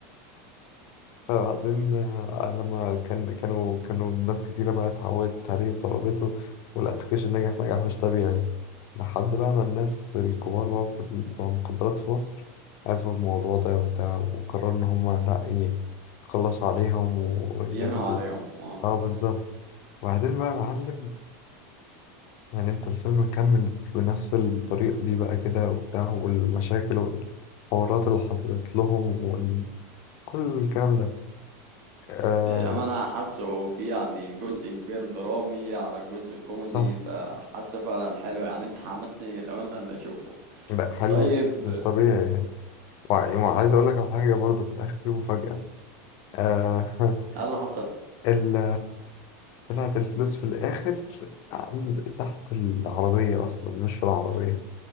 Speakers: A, on the left; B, on the right.
A: فبعدين آه، لما كان كانوا كانوا ناس كتيرة بقى اتعودت عليه وطلبته والابلكيشن نجح نجاح مش طبيعي لحد بقى ما الناس الكبار بقى في ال- بتوع المخدرات في مصر عرفوا الموضوع ده وبتاع وقرروا إن هما لأ إيه يخلصوا عليهم وياخدوا
B: ينهوا عليهم اه
A: اه بالظبط وبعدين بقى يا معلم يعني انت الفيلم مكمل بنفس الطريقة دي بقى كده وبتاع والمشاكل والحوارات اللي حصلت لهم وكل الكلام ده آه
B: للأمانة حاسه في يعني جزء كبير درامي على جزء كوميدي
A: صح
B: فحاسه فعلا حلو يعني انت حمسني للأمانة ان اشوفه
A: لا حلو
B: طيب
A: مش
B: ايه
A: طبيعي يعني وع- وعايز اقول لك على حاجة برضه في الاخر في مفاجأة آه <laughs>
B: اللي حصل
A: ال طلعت الفلوس في الاخر عند تحت العربية اصلا مش في العربية